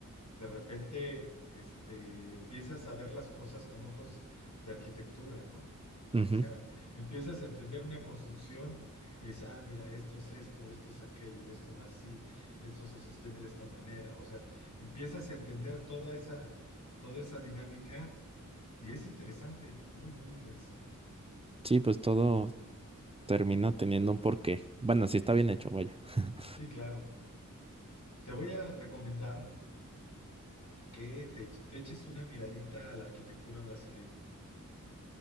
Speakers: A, on the left; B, on the right.
A: De repente, este, empiezas a ver las cosas con ojos de arquitectura, ¿no? <laughs>
B: ujú.
A: O sea, empiezas a entender una construcción y dices, ah, mira, esto es esto, esto es aquello, esto va así, esto se sostiene de esta manera. O sea, empiezas a entender toda esa, toda esa dinámica y es interesante, muy, muy interesante.
B: Sí, pues todo termina teniendo un porqué. Bueno, sí está bien hecho, vaya. <laughs>
A: Sí, claro. Te voy a recomendar que te, te eches una miradita a la arquitectura brasileña.